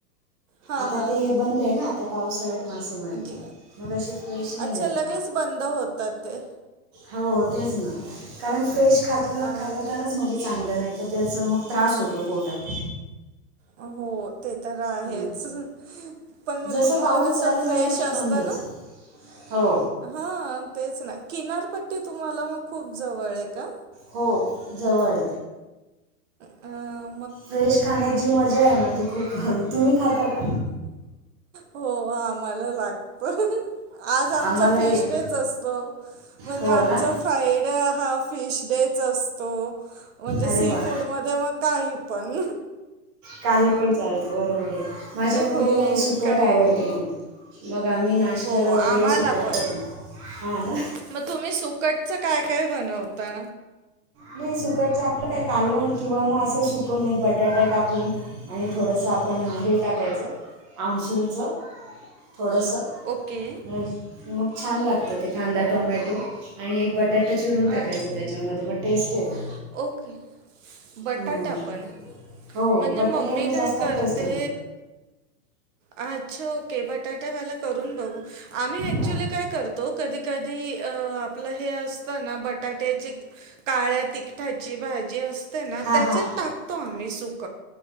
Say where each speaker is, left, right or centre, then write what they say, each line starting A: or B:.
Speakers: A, on the right (about 55°); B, on the right (about 20°).
A: हां
B: आता
A: हां
B: ते बंद ना आता पावसाळ मासेमारी
A: ज
B: मग अशे फ्रेश नाही
A: अच्छा
B: भेटत
A: लगेच बंद होतात ते
B: हो तेच ना कारण फ्रेश खातल
A: हां
B: खालल तरच मजे चांगलं नाही तर त्याच मग त्रास होतो पोटात
A: हो हो ते तर आहेच
B: हं.
A: पण मग
B: जसं
A: तुम्हाला
B: पाऊस
A: कसं
B: चालू झाला
A: फ्रेश
B: की
A: असत
B: बंदच
A: ना
B: हो
A: हा तेच ना किनारपट्टी तुम्हाला मग खूप जवळ आहे का
B: हो जवळ
A: अ
B: फ्रेश खाण्यात जी मजा आहे ना ती खूप तुम्ही खाता का
A: हो आम्हाला लागत आज आमचा
B: आम्हालाही
A: फिश
B: आहे.
A: डेच असतो म्हणजे
B: हो
A: आमचा
B: ना
A: फ्रायडे आा फिश डेच असतो म्हणजे
B: अरे
A: सी
B: वा
A: फूडमध्येध्ये मग काही पण
B: काही पण चालत बरोबर आहे माझ्या मुलीलाही
A: हो
B: सुकट
A: काही
B: आवडते खूप मग आा मी नाशत्याला
A: हो आम्हाला
B: वगैरे सुपट
A: पण
B: करतो हां ना
A: मग तुम्ही सुकटचं काय काय बनवता
B: नाही सुकाटच आपलं काय कालवण किंवा मग असं सुक म बटाट्या टाकून आणि थोडस आपण हे टाकायचं आमसूरचं थोडंसं
A: ओके
B: मज मग छान लागतं ते कांदा टोमॅटो आणि एक बट बटाटा चिरून
A: अ,
B: टाकायचं त्याच्यामध्ये मग टेस्ट येते
A: ओके. बटाटा
B: हं.
A: पण
B: हो
A: म्हणजे
B: बटाट्याने
A: मम्मी
B: जास्त
A: काय करते.
B: टेस्ट येते
A: अच्छा ओके बटाटावाला करून बघू आम्ही ऍक्च्युली
B: हां
A: काय करतो कधी कधी अ आपलं हे असत ना बटाट्याची काळ्या तिक ठाची भाजी असते ना
B: हां
A: त्याचेत
B: हां
A: टाकतो आम्ही सुक